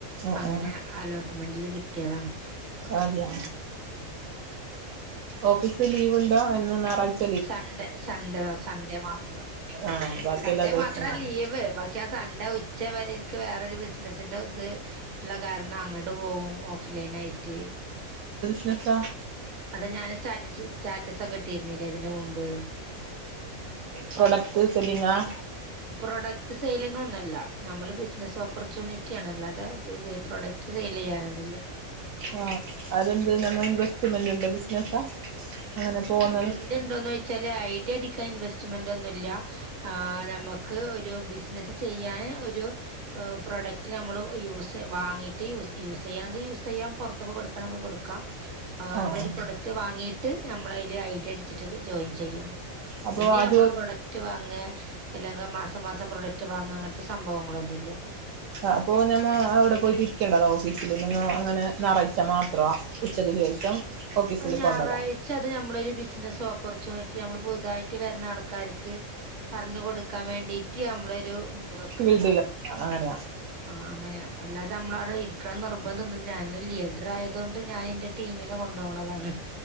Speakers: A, on the right; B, on the right.
A: ആ
B: അങ്ങനെ
A: ആ
B: അലോട്ട്മെന്റില് കിട്ടിയതാണ്
A: അതെയൊ ഓഫീസ് ലീവ് ഉണ്ടോ എന്ന് ഞാറാഴ്ച
B: സൺഡേ സൺഡേ സൺഡേ മാത്രം
A: ആ ബാക്കിയെല്ലാ
B: സൺഡേ
A: ദിവസവും
B: മാത്രാ
A: ഉണ്ടാവും
B: ലീവ് ഇച്ചാ സൺഡേ ഉച്ച വരെ എൻക്ക് വേറൊരു ബിസിനസ്സിന്റെത് ള്ള കാരണം അങ്ങട്ട് പോവും ഓഫ് ലൈനായിട്ട്
A: അതെത്താ
B: അത് ഞാൻ സ്റ്റാറ്റസ് സ്റ്റാറ്റസൊക്കെ ഇട്ടിയിരുന്നില്ലേ ഇതിന് മുമ്പ്
A: പ്രോഡക്റ്റ് സെല്ലിങ്ങാ?
B: പ്രൊഡക്റ്റ് സെയ്ലിങൊന്നുവല്ല നമ്മള് ബിസിനസ് ഓപ്പർച്യൂനിറ്റിയാണ് അല്ലാതെ പ്രൊഡക്ട് സെയ്ലെയ്യാനൊന്നുല്ല്യ
A: ആഹ് അതെന്ത് നമ്മ ഇൻവെസ്റ്റ്മെന്റ്ണ്ടോ ബിസിനസാ എങ്ങനെ പോന്നത്
B: ഇൻവസ്റ്റ്ണ്ടോന്നോയിച്ചാല് ഐഡി അടിക്കാൻ ഇൻവെസ്റ്റ്മെന്റൊന്നുല്ല്യ ആഹ് ഞമ്മ ക്ക് ഒരു ബിസിനസ് ചെയ്യാന് ഒരു പ്രോഡക്റ്റ് നമ്മള് യൂസ് വാങ്ങിട്ട് യൂസ് ചെയ്യണമെങ്കിൽ യൂസ് ചെയ്യാം പൊറ ത്തൊക്കെ കൊടുക്കണങ്കി കൊടുക്കാം ആ
A: ആഹ്
B: നമ്മളൊരു പ്രൊഡക്റ്റ് വാങ്ങിയിട്ട് നമ്മളയില് ഐഡി അടിച്ചിട്ട് ജോയിൻ ചെയ്യാണ്
A: അപ്പൊ
B: പിന്നെ
A: അത്
B: നമ്മള് പ്രൊഡക്റ്റ് വാങേ എല്ലാ മാസം മാസം പ്രൊഡക്ട് വാങ്ങ അങ്ങനത്തെ സംഭവങ്ങളൊന്നുല്ല
A: അപ്പൊ ഞമ്മ അവിടെ പോയിട്ടിരിക്കേണ്ടതോ ഓഫീസില് നിങ്ങ അങ്ങനെ ഞാറായിച്ചാ മാത്രോ? ഉച്ചക്ക് ശേഷം ഓഫീസിൽ
B: ഞായറാഴ്ച
A: പോണ്ടതാ
B: അത് നമ്മളൊരു ബിസിനസ്സ് ഓപ്പർച്യൂണിറ്റി നമ്മള് പുതുതായിട്ട് വരണാൾക്കാർക്ക് പറഞ്ഞു കൊടുക്കാൻ വേണ്ടിട്ട് നമ്മളൊരു വെക്കണതാണ്
A: ഫീൽഡില അങ്ങനെയാ?
B: ആ അങ്ങനെയാണ് അല്ലാതെ നമ്മളവിടെ ഇരിക്കണംന്ന് നിർബഡൊന്നുല്ല ഞാനൊരു ലീഡറായതുകകൊണ്ട് ഞാനിന്റെ ക ടീമിനെ കൊണ്ടോവ്ണതാണ്